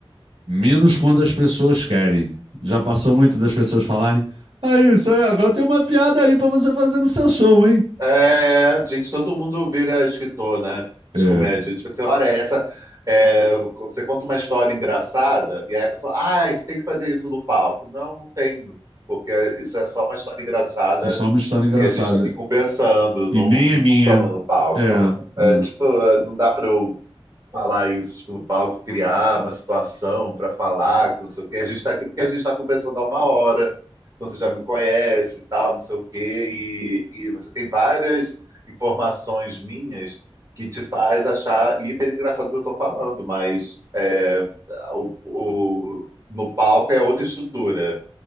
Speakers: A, on the right; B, on the right.
A: menos quando as pessoas querem. Já passou muito das pessoas falarem, ah, isso aí, agora tem uma piada aí pra você fazer no seu show, hein?
B: É, gente, todo mundo vira escritor, né? De
A: É.
B: comédia. Tipo assim, olha, essa. é, você conta uma história engraçada, e aí a pessoa, ah, você tem que fazer isso no palco. Não, não tenho, porque isso é só uma história engraçada
A: Isso é só uma história engraçada.
B: que a gente está aqui conversando,
A: E
B: não,
A: nem
B: não
A: é minha.
B: funciona no palco.
A: É,
B: É,
A: é.
B: tipo, é, não dá para eu falar isso, tipo, no palco, criar uma situação para falar, que não sei o quê. A gente está aqui porque a gente está conversando há uma hora, então você já me conhece, e tal, não sei o quê, e, e você tem várias informações minhas que te faz achar hiper engraçado o que eu estou falando, mas é, o, o- no palco é outra estrutura,